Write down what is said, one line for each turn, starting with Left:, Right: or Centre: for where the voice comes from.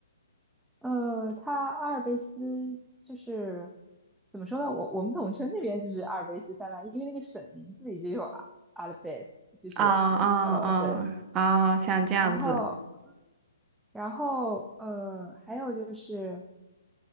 Centre: 呃，它阿尔卑斯就是怎么说呢？我我们统称那边就是阿尔卑斯山脉，因为那个省名字里就有阿阿尔卑斯，就是
Right: 啊啊啊啊，
Centre: 呃，对，
Right: 像这样子
Centre: 然后。然后呃，还有就是